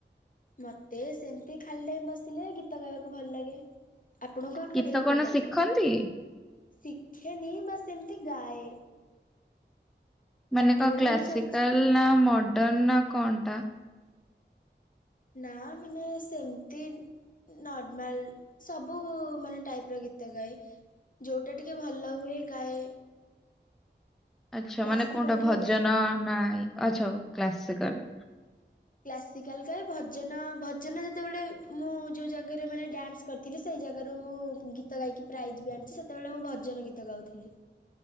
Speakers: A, on the left (about 45°); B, in the centre.
A: ମତେ ସେମିତି ଖାଲି ଟାଇମ ବସିଲେ ଗୀତ ଗାଇବାକୁ ଭଲ ଲାଗେ। ଆପଣଙ୍କୁ କଣ
B: ଗୀତ
A: କରିବାକୁ ଭଲ ଲାଗେ?
B: ଶିଖନ୍ତି
A: ଶିଖେନି ବା ସେମିତି ଗାଏ।
B: ମାନେ
A: ପାଠ
B: କଣ
A: ପଢ଼ାପଢ଼ି
B: କ୍ଲାସିକାଲ
A: ଚାଲିଛି
B: ନା ମଡର୍ଣ ନା କଣ ଟା?
A: ନା ମୁ ସେମିତି ନର୍ମାଲ ସବୁ ମାନେ ଟାଇପର ଗୀତ ଗାଏ। ଯୋଉଟା ଟିକେ ଭଲ ହୁଏ ଗାଏ
B: ଆଛା
A: କ୍ଲାସିକାଲ
B: ମାନେ କୋଉଟା ଭଜନ
A: ଟିକେ ଗାଏ।
B: ନାଇଁ ଆଛା ଆଉ କ୍ଲାସିକାଲ।
A: କ୍ଲାସିକାଲ କା ଭଜନ ଭଜନ ଯେତେବେଳେ ମୁଁ ଯୋଉ ଜାଗାରେ ମାନେ ଡନ୍ସ କରିଥିଲି ସେଇ ଜାଗାରୁ ମୁଁ ଗୀତ ଗାଇକି ପ୍ରାଇଜ ବି ଆଣିଛି ସେତେବେଳେ ମୁଁ ଭଜନ ଗୀତ ଗାଉଥିଲି।